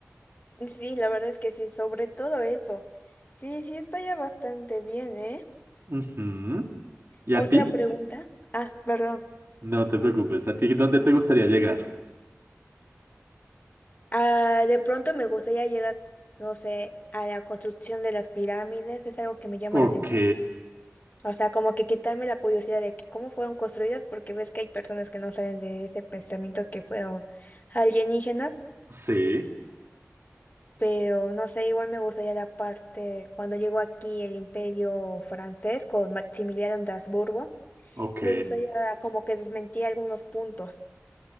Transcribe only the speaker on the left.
Sí, la verdad es que sí, sobre todo eso. Sí, sí, está ya bastante bien, ¿eh?
Otra
pregunta. Ah, perdón.
Ah, de pronto me gustaría llegar, no sé, a la construcción de las pirámides, es algo que me llama
la atención. O sea, como que quitarme la curiosidad de que cómo fueron construidas, porque ves que hay personas que no salen de ese pensamiento que fueron alienígenas,
pero no sé, igual me gustaría la parte cuando llegó aquí el Imperio francés con Maximiliano de Habsburgo,
me gustaría como que desmentía algunos puntos.